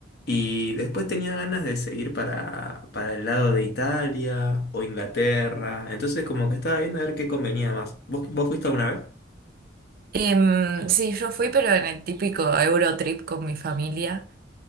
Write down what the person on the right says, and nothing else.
Em, sí, yo fui, pero en el típico Eurotrip con mi familia,